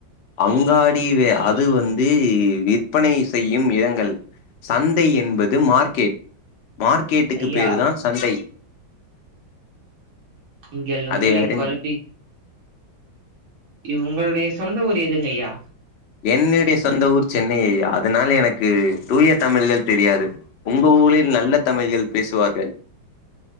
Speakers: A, on the left; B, on the right.
A: அங்காடி வே அது வந்து விற்பனை செய்யும் இரங்கள் சந்தை என்பது மார்க்கெட் மார்க்கெட்டுக்கு
B: ஐயா
A: பேரு தான் சந்தை
B: நீங்கள் உங்களை
A: அதை அறிந்
B: கொழப்பி உங்களுடைய சொந்த ஊர் எதுங்கய்யா
A: என்னுடைய சொந்த ஊர் சென்னையய்யா அதனால எனக்கு தூய தமிழ்கள் தெரியாது உங்க ஊர் ஊரில் நல்ல தமிழ்கள் பேசுவார்கள்